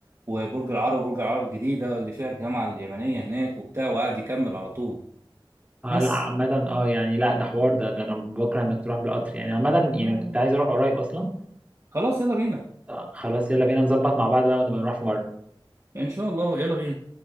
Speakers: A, on the right; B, on the right.
A: وبرج العرب وبرج العرب الجديده اللي فيها الجامعه اليمنيه هناك وبتاع وقعد يكمل على طول
B: اه
A: بس
B: لا عامة اه يعني لا ده حوار ده ده انا بكره انك تروح بالقطر يعني عامة يعني
A: آه.
B: كنت عايز اروح قريب اصلا
A: خلاص يلا بينا
B: آه خلاص يلا بينا نظبط مع بعض بقى ونبقى نروح في مرة
A: ان شاء الله يلا بينا